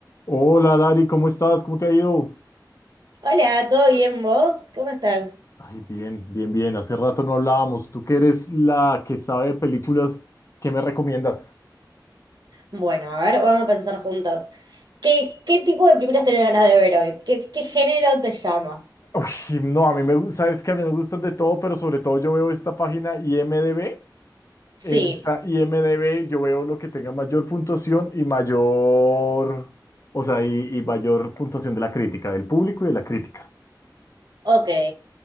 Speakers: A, on the left; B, on the right.
A: Hola Lari, ¿cómo estás? ¿Cómo te ha ido?
B: Hola, ¿todo bien vos? ¿Cómo estás?
A: Ay, bien, bien, bien. Hace rato no hablábamos. Tú que eres la que sabe de películas, ¿qué me recomiendas?
B: Bueno, a ver, vamos a pensar juntos. ¿Qué, qué tipo de películas tenés ganas de ver hoy? ¿Qué, qué género te llama?
A: Uy, no, a mí me gusta, es que a mí me gustan de todo, pero sobre todo yo veo esta página IMDb. En
B: Sí,
A: esta IMDb yo veo lo que tenga mayor puntuación y mayor, o sea, y, y mayor puntuación de la crítica, del público y de la crítica.
B: ok.